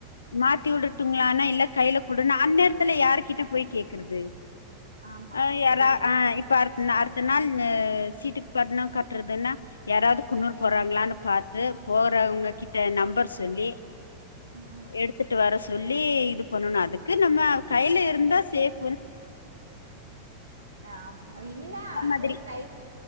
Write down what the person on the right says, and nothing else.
ஆமா
சரிதான்.
ம்,
ம்.
ஹா மா இல்ல
அது
கை